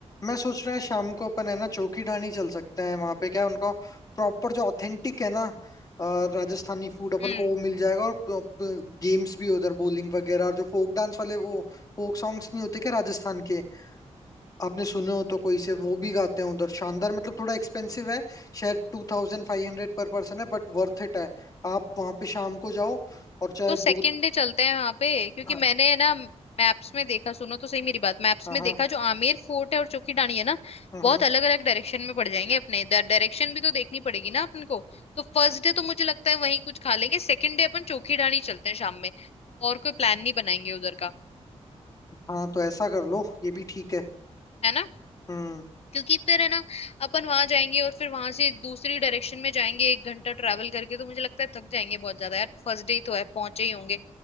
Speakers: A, on the left (about 30°); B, on the left (about 60°).
A: मैं सोच रहा है शाम को अपन है ना चौकी ढाणी चल सकते हैं वहां पे क्या है, उनका प्रॉपर जो ऑथेंटिक है ना अ, राजस्थानी फूड अपन
B: हम्म
A: को वो मिल जाएगा और गेम्स भी उधर बowling वगैरह और जो फोक डांस वाले वो फोक सॉन्ग्स नहीं होते क्या राजस्थान के आपने सुने हो तो कोई से वो भी गाते हैं उधर शानदार मतलब थोड़ा एक्सपेंसिव है शायद टू थाउजेंड फाइव हंड्रेड पर पर्सन है बट वर्थ इट है आप वहां पे शाम को जाओ और चाहे
B: तो
A: दो
B: सेकेंड डे चलते हैं वहां पे क्योंकि
A: हाँ
B: मैंने है ना मैप्स में देखा सुनो तो सही मेरी बात मैप्स
A: हाँ
B: में
A: हाँ
B: देखा जो आमेर फोर्ट है और चोखी ढाणी है ना
A: हाँ
B: बहुत अलग अलग डायरेक्शन में पड़ जाएंगे अपने डायरेक्शन भी तो देखनी पड़ेगी ना अपन को तो फर्स्ट डे तो मुझे लगता है वहीं कुछ खा लेंगे सेकेंड डे अपन चोखी ढाणी चलते हैं शाम में और कोई प्लान नहीं बनाएंगे उधर का
A: हाँ, तो ऐसा कर लो ये भी ठीक है
B: है ना
A: हम्म
B: क्योंकि फिर है ना अपन वहां जाएंगे और फिर वहां से दूसरी डायरेक्शन में जाएंगे एक घंटा ट्रैवल करके तो मुझे लगता है थक जाएंगे बहुत ज्यादा यार फर्स्ट डे ही तो है पहुंचे ही होंगे